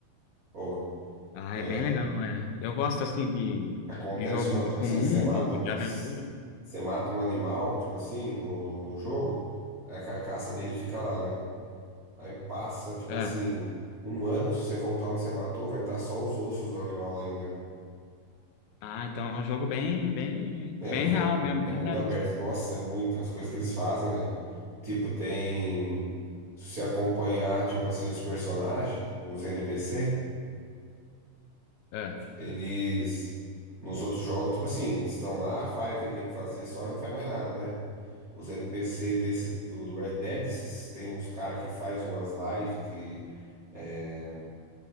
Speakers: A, on the right; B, on the left.
A: Ô,
B: Ah,
A: é,
B: é bem legal, é. Eu gosto assim de,
A: acontece
B: de jogo
A: uma,
B: de,
A: tipo
B: com
A: assim,
B: mundo,
A: você mata, um-
B: de aventura.
A: você mata um animal, tipo assim, no, no, no jogo, aí a carcaça dele fica lá, né? Aí passa, tipo
B: É.
A: assim, um ano, se você voltar onde você matou, vai estar só os ossos do animal lá ainda, velho.
B: Ah, então é um jogo bem, bem,
A: É,
B: bem
A: porque
B: real
A: é, mu-
B: mesmo,
A: é
B: bem
A: mundo
B: realista.
A: aberto. Nossa, é muito, as coisas que eles fazem, velho. Tipo, tem. Se você acompanhar, tipo assim, os personagens, os NPC,
B: É.
A: eles. Nos outros jogos, tipo assim, eles estão lá, faz o que ele tem que fazer só e não faz mais nada, né? Os NPC desse do, do Red Dead, esses- tem uns cara que faz umas lives que é,